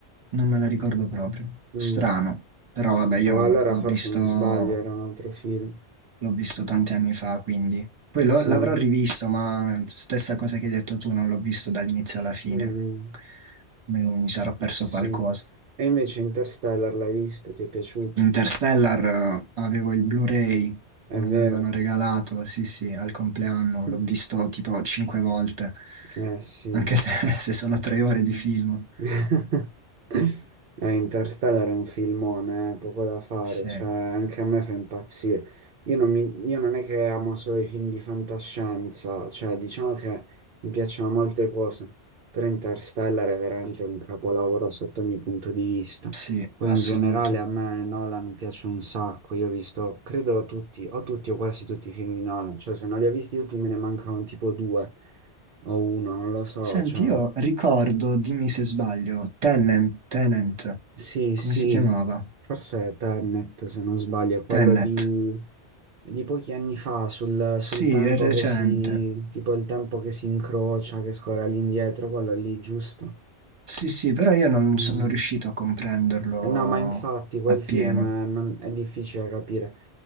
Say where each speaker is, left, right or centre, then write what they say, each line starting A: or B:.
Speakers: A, on the right; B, on the right.
A: non me la ricordo proprio.
B: Mm.
A: Strano, però vabbè, io
B: O allora
A: l'ho
B: forse
A: visto
B: mi sbaglio, era un altro film.
A: L'ho visto tanti anni fa, quindi. Poi
B: Sì,
A: lo- l'avrò rivisto, ma stessa cosa che hai detto tu, non l'ho visto dall'inizio alla fine.
B: mm,
A: Mi, mi sarò perso
B: sì.
A: qualcosa.
B: E invece Interstellar l'hai visto, ti è piaciuto?
A: Interstellar, eh, avevo il Blu-ray,
B: È
A: me
B: vero.
A: l'avevano regalato, sì, sì, al compleanno,
B: <laughs>
A: l'ho visto tipo cinque volte,
B: Eh sì,
A: anche se, <laughs> se sono tre ore di film.
B: <laughs> Eh, Interstellar è un filmone, eh, poco da fare,
A: Sì,
B: cioè anche a me fa impazzire. Io non, mi- io non è che amo solo i film di fantascienza, cioè diciamo che mi piacciono molte cose, però Interstellar è veramente un capolavoro sotto ogni punto di vista.
A: sì,
B: Poi
A: assoluto.
B: in generale a me Nolan piace un sacco, io ho visto, credo tutti, o tutti o quasi tutti i film di Nolan, cioè se non li ho visti tutti me ne mancano tipo due o uno, non lo so,
A: Senti,
B: cioè...
A: io ricordo, dimmi se sbaglio, Tenet, Tenet,
B: Sì,
A: come
B: sì,
A: si chiamava?
B: forse è Tenet, se non sbaglio, è quello
A: Tenet,
B: di, di pochi anni fa, sul, sul
A: sì,
B: tempo
A: è recente.
B: che si, tipo il tempo che si incrocia, che scorre all'indietro, quello lì, giusto?
A: Sì, sì, però io non
B: Mm.
A: sono riuscito a comprenderlo
B: Eh no, ma infatti quel
A: appieno.
B: film eh, non- è difficile da capire,